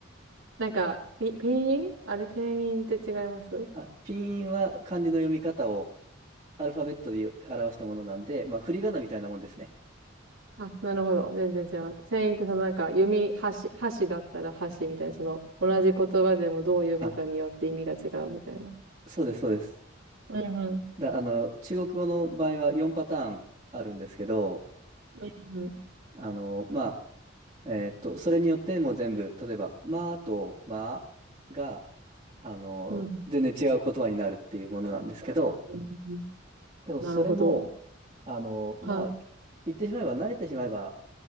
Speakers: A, on the right (about 80°); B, on the right (about 30°).
A: なんか、ピ、ピンインあれ、ペンインって違います
B: あ、ピンは漢字の読み方をアルファベットでよ表したものなんで、まあ、振り仮名みたいなもんですね。
A: あ、なるほど。全然違かった。ペンインってそのなんか、読み、箸、箸だったら箸みたいな、その、同じ言葉でもどう読むかによって意味が違うみたいな。
B: あ、そうです、そうです。
A: うんうん。
B: だ、あの、中国語の場合は4パターンあるんですけど、
A: うんうん。
B: あの、まあ、えーっと、それによってもう全部、例えば、まあとまあが、あの、
A: うんうん。
B: 全然違う言葉になるっていうものなんですけど、
A: うん
B: でもそれも、
A: なるほど。
B: あの、まあ、
A: は
B: 言ってしまえば、慣れてしまえば、